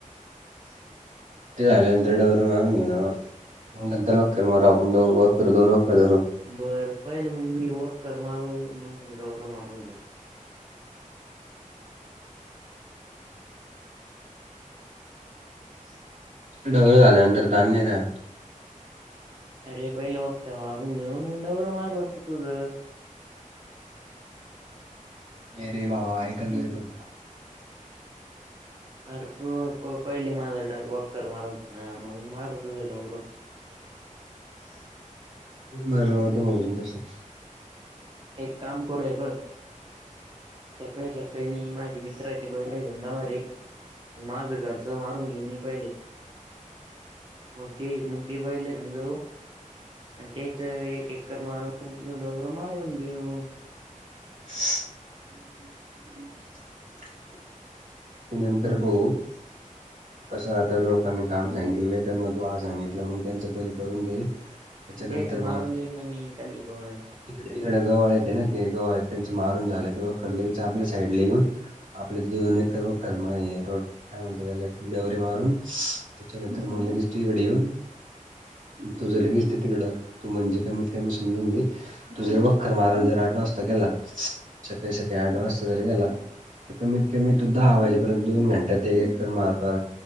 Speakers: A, on the right (about 70°); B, on the right (about 40°).
A: ते झाल्यानंतर डवर मारुन घेऊ नंतर वखर मारून आपण वखर दोन धरू
B: बरं पाहिलं मग मी वख्खर मारू मग डवर मारून घेतो
A: ढवर झाल्यानंतर ताण नाही राहत
B: अरे पहिले वख्खर मारून घेऊ मग डवरा मारून तुझं
A: नाही रे बाबा ऐकंत जाय तू
B: अरे तू पहिली माझ वख्खर मारून ना मंग मारू तुझ डवर
A: बर बाबा तु म्हणशील तसं
B: एक काम करू हे बस सकाळी सकाळी मी माझी मित्राची बैला घेऊन जाणार आहे माझं घरचं मारून घेईन मी पहिले मग ते मग ते बैल घेऊन जाऊ आणि त्याच एक एकर मारून तुझ डवर मारून देऊ
A: <inaudible> नंतर भो कसं आता लोकांनी काम सांगितलेलं त्यांना तू हा सांगितलं मग त्यांच पहिले करून दे त्याच्यानंतर
B: म तेच मारून देइना मी कधी पण
A: त तिकड गवळ आहेत ना ते गवळ आहेत त्यांच मारून झालं कि खर लगेच आपल्या साईड ला येऊन आपल्या दोन एकर वखर रोट काय म्हणत त्याला डवरे मारून त्याच्यानंतर मग लगेच तु इकडे येऊन तुझ लगेच ते तिकडं तू म्हणजे कमीत कमी समजून घे तू जर वखर माराला जर आठ वाजता गेला सकाळी सकाळी आठ वाजता जर गेला तर कमीत कमी तू दहा वाजेपर्यंत दोन घंट्या ते एक एक कर मारतो